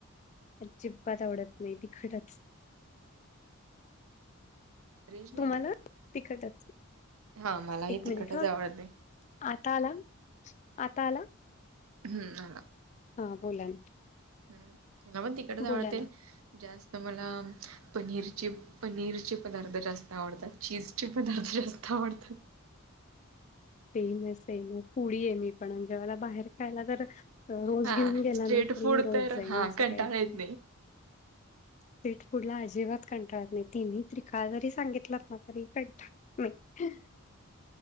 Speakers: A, on the left (about 35°); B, on the right (about 75°).
A: अजिबात आवडत नाही, तिखटच
B: रेंज नाही
A: तुम्हाला तीखट अस-
B: हा मलाही
A: एक
B: तिखटच
A: मिनिट हा,
B: आवडते
A: आता आला.. आता आला?
B: हम्म.. आला..
A: हा बोला ना.
B: हम् मला पण तिखटच आवडते
A: बोला ना
B: जास्त मला पनीरचे पनीरचे पदार्थ जास्त आवडतात चीजचे पदार्थ जास्त आवडतात.
A: तेपण सेम च फूडी आहे मी पण म्हणजे मला बाहेर खायला तर तो रोज
B: हा
A: घेऊन गेला
B: स्ट्रेट
A: ना तरी
B: फूड
A: मी रोज
B: तर
A: जाईन
B: हा
A: असं
B: कंटाळा
A: काही नाही
B: येत
A: स्ट्रीट फूड ला अजिबात कंटाळत नाही तिन्ही <unintelligible> जरी सांगितलं ना तरीकंटाळत नाही